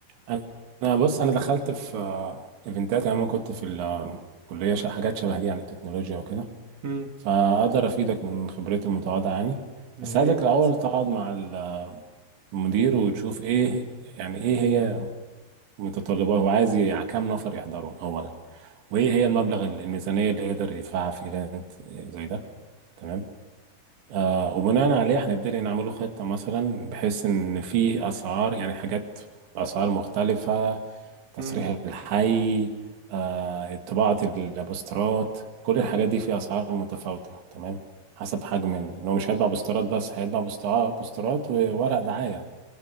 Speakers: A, on the right (about 80°); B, on the right (about 45°).
A: انا أنا بص انا دخلت في آه، ايفنتات انا كنت في الكليه ش- حاجات شبه دي يعني تكنولوجيا وكده
B: امم
A: فاقدر افيدك من خبرتي المتواضعه يعني
B: يا
A: بس
B: ريت
A: عايزك الاول تقعد مع ال- آه، المدير وتشوف ايه يعني ايه هي متطلبات هو عايز يع- كام نفر يحضروا اولا وايه هي المبلغ ال- الميزانيه اللي يقدر يدفعها في ايفنت زي ده تمام آه، وبناء عليه هنبتدي نعمله خطة مثلا بحيث إن في أسعار يعني حاجات بأسعار مختلفة تصريح
B: امم
A: الحي آه، طباعة البوسترات كل الحاجات دي في أسعار متفاوتة تمام حسب حجم ال- إن هو مش هيطبع بوسترات بس هيطبع بوسترا- بوسترات وورق دعاية